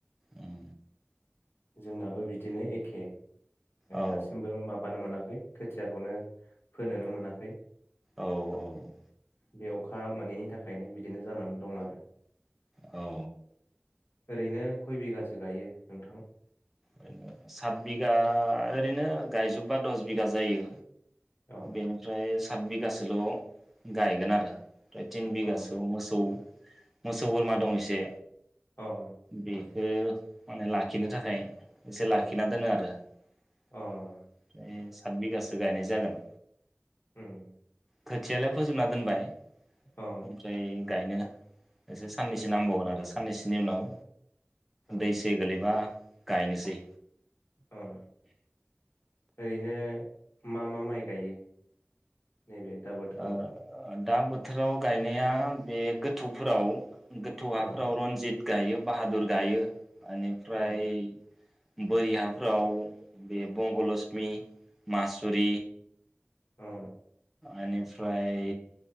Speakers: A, in the centre; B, on the left.
A: उम
B: जोंनाबो बिदिनो एखे।
A: औ
B: दासिमबो माबानो मोना। खोथियाखौनो फोनोनो मोनाखै।
A: औ औ
B: बे अखा मोनैनि थाखायनो बिदिनो जानानै दं आरो।
A: औ
B: ओरैनो खय बिगासो सो गायो नोंथां?
A: ओै सात बिगा ओरैनो गायजोबबा दस बिगा जायो।
B: अ
A: बेनिफ्राय सात बिगासोल' गायगोन आरो। फ्राय तिन बिगासो
B: अ
A: आव मोसौ मोसौ बोरमा दं एसे
B: अ
A: बेखौ
B: उम
A: माने लाखिनो थाखाय एसे लाखिना
B: अ
A: दोनो आरो ओमफ्राय
B: अ उम
A: सात बिगासो। स गायनाय जागोन।
B: ओम।
A: खोथियालाय फोजोबना दोनबाय
B: अ
A: ओमफ्राय गायनो एसे साननैसो
B: उम
A: नांबावगोन आरो। साननैसोनि उनाव
B: अ
A: दैसे गोलैबा गायनोसै
B: ओम ओरैनो मा मा माइ गायो नैबे दा बोथोराव
A: ओ दा बोथोराव गायनाया बे गोथौफोराव गोथौ
B: औ
A: हाफोराव रनजित गायो बाहादुर गायो ओनिफ्राय
B: अ
A: बोरि हाफ्राव बे बंग'लक्षमि मासुरि
B: औ
A: ओनिफ्राय